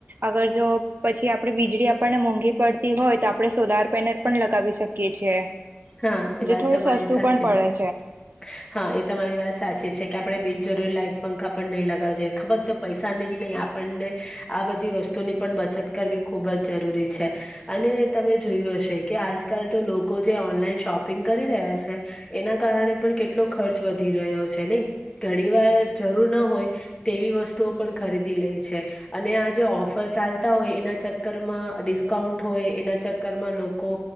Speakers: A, on the right; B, on the left.
A: અગર જો પછી આપડે વીજળી આપણને મોંઘી પડતી હોય તો આપણે સોલાર પેનલ પણ લગાવી શકીએ છીએ
B: હા એ
A: જે
B: વાત
A: થોડું
B: તમારી
A: સસ્તું
B: સાચી
A: પણ પડે
B: છે હા એ તમારી વાત સાચી છે કે આપડણે બિનજરૂરી લાઈટ પંખા પણ નહીં લગાડજએ ફક્ત પૈસાની જ નહીં આપણને આ બધી વસ્તુની પણ બચત કરવી ખૂબ જ જરૂરી છે અને તમે જોયું હશે કે આજકાલ તો લોકો ઓન શોપિંગ કરી રહ્યા છે એના કારણે પણ કેટલો ખર્ચ વધી રહ્યો છે નહી ઘણી વાર જરૂર ન હોય તેવી વસ્તુઓ પણ ખરીદી લે છે અને આ જે ઓફર ચાલુ છે હોય એ ચક્કર માં ડિસ્કાઉન્ટ હોય એના ચક્કરમાં લોકો